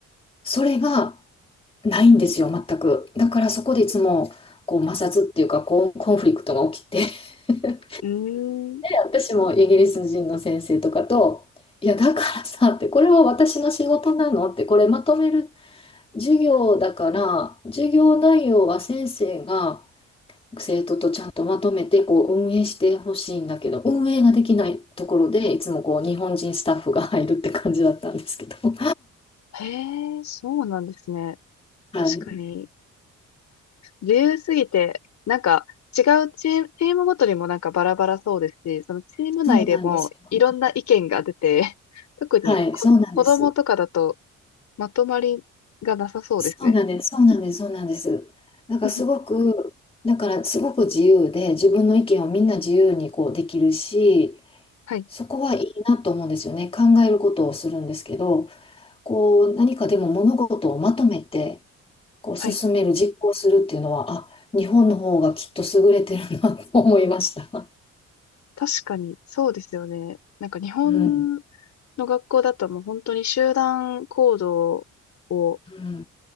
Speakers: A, on the left (about 20°); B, on the left (about 65°).
A: それがないんですよ、全く。だからそこでいつもこう摩擦っていうかこうコンフリクトが起きて <laughs>
B: うーん、
A: 私もイギリス人の先生とかと、いや、だからさ、って、これは私の仕事なのって、これまとめる授業だから、授業内容は先生が生徒とちゃんとまとめてこう運営してほしいんだけど、運営ができないところで、いつもこう日本人スタッフが入るって感じだったんですけど。<laughs>
B: へえ、そうなんですね。
A: はい。
B: 確かに、自由すぎて、なんか、違うチーム、チームごとにもなんかバラバラそうですし、そのチーム内でもいろんな意見が出て、
A: そうなんですよ。
B: <laughs> 特にこ、
A: はい、そうなんです。
B: 子供とかだとまとまりがなさそうですね。
A: そうなんです、そうなんです、そうなんです。なんかすごく、
B: <laughs>
A: だからすごく自由で、自分の意見をみんな自由にこうできるし、
B: はい、
A: そこはいいなと思うんですよね。考えることをするんですけど、こう、何かでも物事をまとめて、こう、
B: はい。
A: 進める、実行するっていうのは、あ、日本の方がきっと優れてるなと思いました。
B: 確かに、そうですよね。なんか日本
A: うん。
B: の学校だともう本当に集団行動を
A: うん。